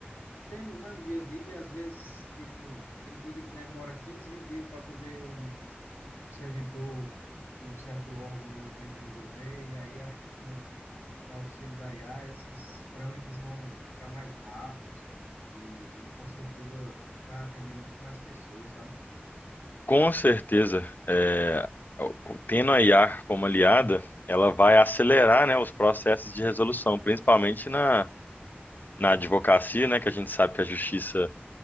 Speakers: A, on the left; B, on the left.
A: temos, né, no dia a dia, e às vezes, tipo, tem coisa que demora 15 20 dias para poder um um servidor de um certo órgão do governo resolver, e aí acho que com, com o auxílio da IA esses trâmites vão ficar mais rápidos e, e com certeza vai atender muito mais pessoas, sabe?
B: Com certeza, é, tendo a IA como aliada, ela vai acelerar, né, os processos de resolução, principalmente na, na advocacia, né, que a gente sabe que a justiça